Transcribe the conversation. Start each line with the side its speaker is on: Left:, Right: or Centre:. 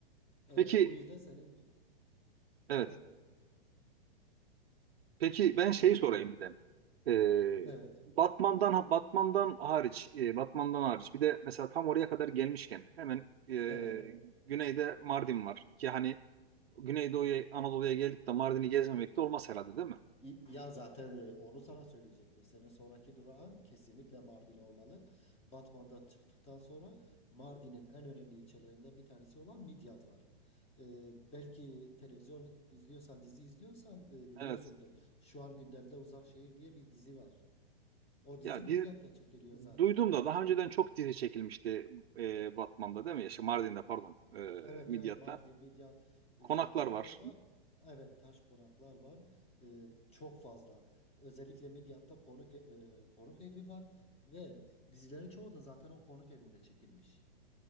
Left: Ee,
Right: Peki,
Left: bu yüzden senin
Right: evet.
Left: Evet.
Right: Peki ben şey
Left: Ee,
Right: sorayım bir de. Ee,
Left: evet.
Right: Batman'dan Batman'dan hariç, e, Batman'dan hariç bir de mesela tam oraya kadar gelmişken hemen e,
Left: Evet.
Right: güneyde Mardin var ki hani Güneydoğu'ya Anadolu'ya gelip de Mardin'i gezmemek de olmaz herhalde değil mi?
Left: İ- Ya zaten e, onu sana söyleyecektim. Senin sonraki durağın kesinlikle Mardin olmalı. Batman'dan çıktıktan sonra Mardin'in en önemli ilçelerinden bir tanesi olan Midyat var. Ee, belki televizyon izliyorsan, dizi izliyorsan e, biliyorsundur.
Right: Evet.
Left: Şu an gündemde Uzak Şehir diye bir dizi var. O dizi
Right: Ya
Left: Midyat'ta
Right: dizi,
Left: çekiliyor zaten.
Right: duydum da daha önceden çok dizi çekilmişti e, Batman'da değil mi? Ya, şey, Mardin'de pardon, e,
Left: Evet
Right: Midyat'ta.
Left: evet Mardin, Midyat E,
Right: Konaklar
Left: zaten
Right: var.
Left: orada evet taş konaklar var E, çok fazla. Özellikle Midyat'ta konuk e, konuk evi var ve dizilerin çoğu da zaten o konuk evinde çekilmiş.